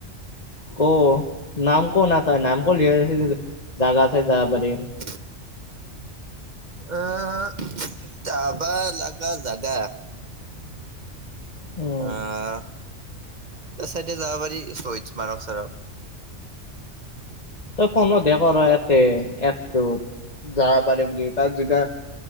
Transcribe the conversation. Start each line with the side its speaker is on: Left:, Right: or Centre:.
Left: ক' নাম ক নাম টাৰ নাম ক ল জাগা চাই যাব পাৰিম
Right: <unintelligible> অ', যাবা লাগা জাগা
Left: উম
Right: আহ এ চাইড যাব পাৰি স্মাৰক চাৰক
Left: তই ফোনতহে কৰ এতে এপটোত যাব পাৰে বুলি তাত যেয়া